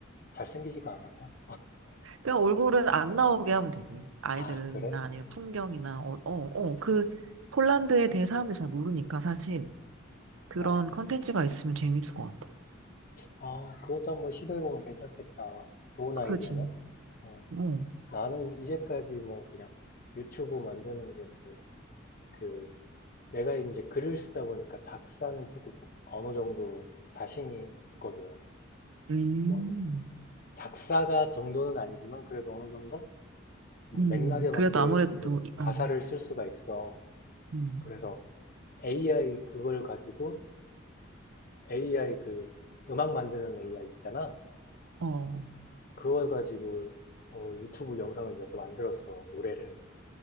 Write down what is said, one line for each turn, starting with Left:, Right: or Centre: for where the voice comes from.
Left: 잘생기지가 않아서.
Right: 그냥 얼굴은 안 나오게 하면 되지 아이들이나
Left: 아, 그래?
Right: 아니면 풍경이나 어어어그 폴란드에 대해 사람들이 잘 모르니까 사실 그런
Left: 어.
Right: 컨텐츠가 있으면 재밌을 것 같아
Left: 아, 그것도 한번 시도해보면 괜찮겠다. 좋은 아이디어네.
Right: 그렇지
Left: 어.
Right: 어
Left: 나는 이제까지 뭐 그냥 유튜브 만드는 게 무슨 그 내가 이제 글을 쓰다 보니까 작사는 조금 어느 정도 자신이 있거든.
Right: 음,
Left: 뭐 작사가 정도는 아니지만 그래도 어느 정도 음,
Right: 음,
Left: 맥락에
Right: 그래도
Left: 맞게
Right: 아무래도,
Left: 그
Right: 또 이-
Left: 가사를
Right: 어,
Left: 쓸 수가 있어.
Right: 음,
Left: 그래서 AI 그걸 가지고 AI 그 음악 만드는 AI 있잖아.
Right: 어,
Left: 그걸 가지고 어, 유튜브 영상을 몇 개 만들었어, 노래를.